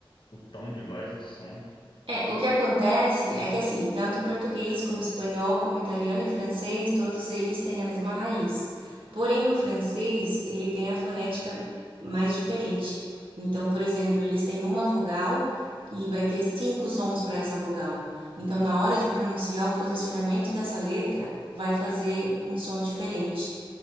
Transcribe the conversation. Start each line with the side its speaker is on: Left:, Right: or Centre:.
Left: o tom de voz, o som.
Right: É, o que acontece é que, assim, tanto português como espanhol, como italiano e francês, todos eles têm a mesma raiz. Porém, o francês,
Left: É.
Right: ele tem a fonética mais diferente. Então, por exemplo, eles têm uma vogal e vai ter cinco sons para essa vogal. Então, na hora de pronunciar, o posicionamento dessa letra vai fazer um som diferente.